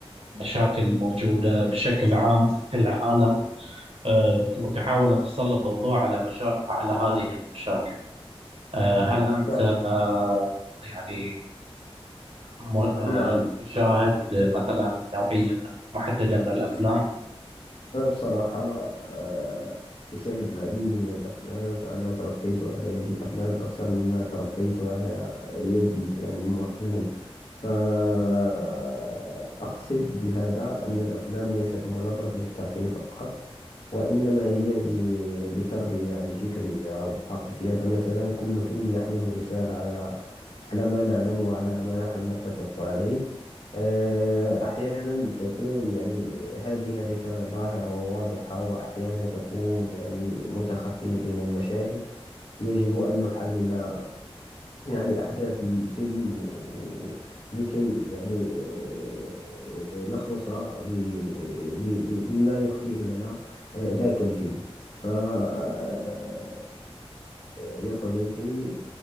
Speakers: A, on the right; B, on the left.
A: مشاكل موجودة بشكل عام في العالم آه، وتحاول أن تسلط الضوء على مشا... على هذه المشاكل آه، هل أنت
B: نعم
A: آه، يعني م- آه،
B: نعم
A: تشاهد مثلا نوعية من محددة من الأفلام؟
B: أنا بصراحة آه، أشاهد العديد من الأفلام فأنا تربيت على يد الأفلام أكثر مما تربيت على يد ال- يعني المعلم فأقصد بهذا أن الأفلام ليست مجرد للترفيه فقط وإنما هي ل- لتربية يعني فكرية أو عاطفية فمثلا كل فيلم يحمل رسالة على على ما نعلم وعلى ما نحن نتفق عليه آه، أحيانا تكون يعني هذه الرسالة ظاهرة وواضحة وأحيانا تكون يعني متخفية بين المشاهد يجب أن نحلل يعني أحداث الفيلم و- لكي يعني آه، نخلص ب... ب... ب- بما يخفيه لنا آه، ذاك الفيلم فالفيلم يا صديقي